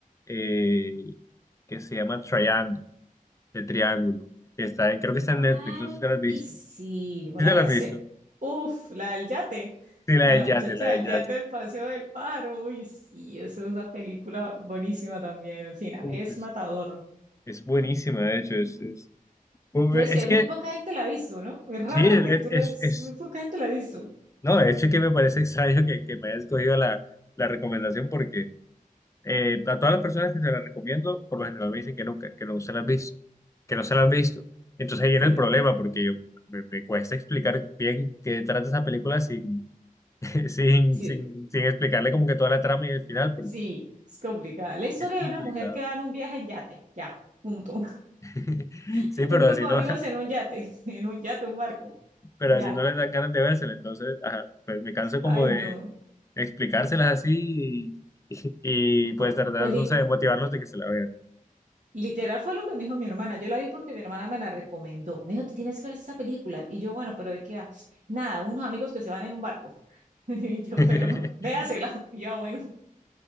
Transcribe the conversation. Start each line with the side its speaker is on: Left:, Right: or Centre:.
Left: eh, que se llama Triángulo, de Triángulo, que está en, creo que está
Right: Ay,
Left: en Netflix, no sé si te la has visto.
Right: y sí,
Left: ¿Sí
Right: yo la
Left: te
Right: vi
Left: la
Right: hace.
Left: has visto?
Right: Uf, la del yate,
Left: Sí,
Right: la
Left: la del
Right: de la
Left: yate,
Right: muchacha
Left: la
Right: del
Left: del yate.
Right: yate del Paseo del Pájaro. Uy, sí, esa es una película buenísima también. El final
Left: Uf,
Right: es
Left: es,
Right: matador.
Left: es buenísima, de hecho, es, es, uf,
Right: Y puedes
Left: es
Right: que
Left: que,
Right: muy poca gente la ha visto, ¿no? Es raro
Left: sí, es,
Right: que tú
Left: es,
Right: la...
Left: es-
Right: Muy poca gente la ha visto.
Left: no, de hecho es que me parece <laughs> extraño que, que me hayas cogido la, la recomendación porque Eh, a todas las personas que se las recomiendo, por lo general me dicen que nunca, que no se las han visto, que no se las han visto. Entonces ahí viene
Right: Sí,
Left: el problema, porque yo- me, me cuesta explicar bien qué trata esa película sin, <laughs> sin,
Right: sí,
Left: sin,
Right: es,
Left: sin explicarle como que toda la trama y el final, porque
Right: sí, es complicada. La historia
Left: es complicado.
Right: de una mujer que va en un viaje en yate, ya, punto.
Left: <laughs>
Right: <laughs>
Left: Sí, pero
Right: Un grupo
Left: así
Right: de
Left: no,
Right: amigos
Left: <laughs>
Right: en un yate, <laughs> en un yate, un barco,
Left: pero
Right: ya.
Left: así no les dan ganas de vérsela, entonces ajá, pues me canso como
Right: Ay,
Left: de
Right: no.
Left: explicárselas así y, <laughs> y, pues
Right: Pues,
Left: tratar,
Right: pues
Left: no sé, de motivarlos de que se la vean.
Right: Literal fue lo que me dijo mi hermana. Yo la vi porque mi hermana me la recomendó. Me dijo, te tienes que ver esta película. Y yo, bueno, pero ¿de qué va? Nada, unos amigos que se van en un barco. <laughs> Y yo,
Left: <laughs>
Right: pero <laughs> véasela. Y yo, "Ah, bueno,